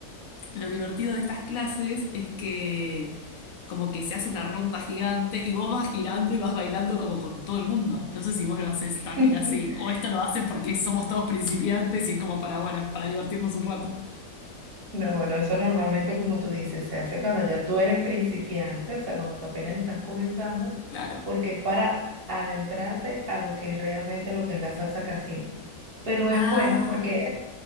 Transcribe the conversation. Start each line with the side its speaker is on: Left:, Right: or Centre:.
Left: lo divertido de estas clases es que como que se hace una ronda gigante y vos vas girando y vas bailando como con todo el mundo. No sé si vos lo haces también
Right: <laughs>
Left: así, o esto lo hacen porque somos todos principiantes y es como para, bueno, para divertirnos un rato.
Right: No, bueno, eso normalmente, como tú dices, se hace cuando ya tú eres principiante, o sea, cuando tú apenas estás comenzando,
Left: Claro.
Right: porque es para adentrarte a lo que es realmente lo que es la salsa casino. Pero es
Left: Ah,
Right: bueno porque